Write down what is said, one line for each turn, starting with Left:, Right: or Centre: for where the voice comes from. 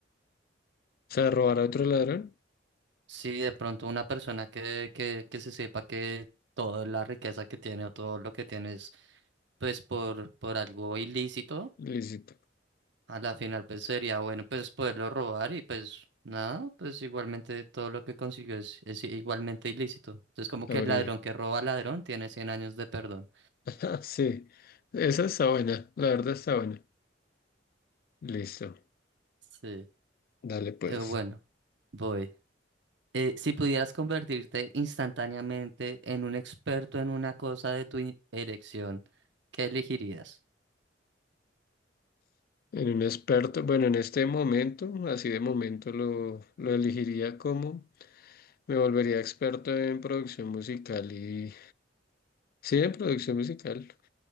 Left: O sea, robar a otro ladrón,
Right: Sí, de pronto una persona que, que, que se sepa que toda la riqueza que tiene o todo lo que tiene es pues por, por algo ilícito,
Left: lícito.
Right: a la final pues sería bueno pues poderlo robar y pues nada, pues igualmente todo lo que consiguió es, es igualmente ilícito. Entonces como que
Left: Abrí.
Right: el ladrón que roba al ladrón tiene cien años de perdón.
Left: <laughs> Sí. Esa está buena, la verdad está buena. Listo.
Right: Sí.
Left: Dale pues.
Right: Eh, bueno, voy. Eh, si pudieras convertirte instantáneamente en un experto en una cosa de tu in- elección, ¿qué elegirías?
Left: En un experto, bueno, en este momento, así de momento lo, lo elegiría como me volvería experto en producción musical y... Sí, en producción musical